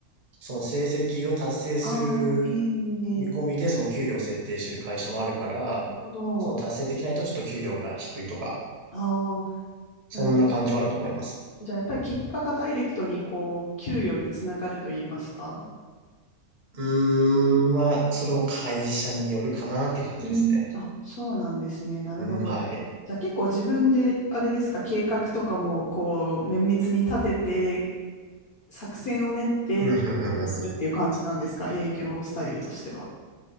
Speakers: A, on the right; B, on the left.
A: その成績を達成する
B: ああええ
A: 見込みでその給料を設定してる会社もあるから、
B: なるほど。
A: その達成できないとちょっと給料が低いとか、
B: ああ、
A: そんな感じはあると思います。
B: なるほど。じゃあやっぱり結果がダイレクトにこう給与につながると言いますか。
A: うーん、まあ、それも会社によるかなって感じですね。
B: うん。あ、そうなんですね。なるほど。
A: うん、はい。
B: じゃあ結構自分で、あれですか、計画とかも、こう、綿密に立てて、作戦を練って営業するっていう感じなんですか、
A: <laughs>
B: 営業スタイルとしては。